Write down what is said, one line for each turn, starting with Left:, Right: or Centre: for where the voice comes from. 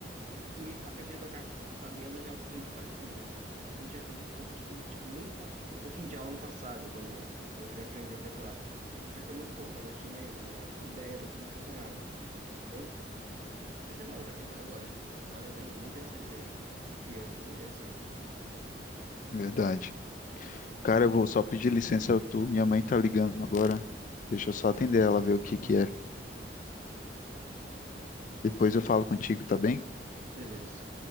Right: fui, aprendi a tocar sabendo já um pouquinho de partitura. Que eu tinha feito um pouquinho, tipo, muito pouco, um pouquinho de aula no passado, quando eu, quando eu queria aprender teclado. Mas foi muito pouco, mas eu tinha uma, uma ideia do como funcionava. Entendeu? Mas é bom, cara, tocar, eu gosto. Teclado é bem, bem interessante mesmo. E piano, bem interessante.
Left: Verdade. Cara, eu vou só pedir licença, tu, minha mãe tá ligando agora. Deixa eu só atender ela, ver o que que é. Depois eu falo contigo, tá bem?
Right: Beleza.